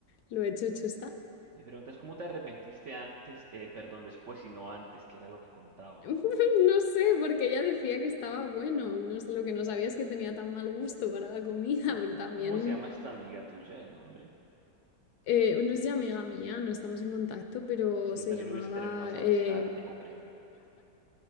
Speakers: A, on the left; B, on the right.
A: lo hecho, hecho está.
B: Mi pregunta es, ¿cómo te arrepentiste antes, eh, perdón, después y no antes, que era lo que contaba?
A: <laughs> No sé, porque ella decía que estaba bueno. No sé, lo que no sabía es que tenía tan mal gusto para la comida,
B: ¿Cómo,
A: <laughs> pero
B: cómo,
A: también,
B: cómo se llama esta amiga tuya, el nombre?
A: eh, no es ya amiga mía, no estamos en contacto, pero
B: Si yo
A: se
B: también
A: llamaba
B: hubiese terminado esa
A: eh,
B: amistad, te comprendo.